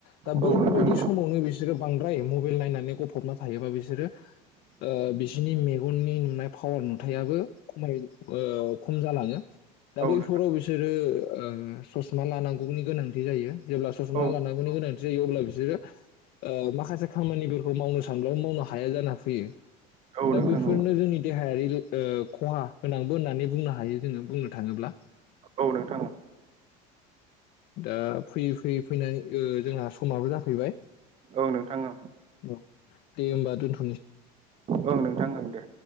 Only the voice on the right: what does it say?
औ नोंथां
औ नोंथां औ
नोंथां
औ
औ
नोंथां
औ
औ नोंथां
औ नोंथां औ
औ नोंथां ओं दे।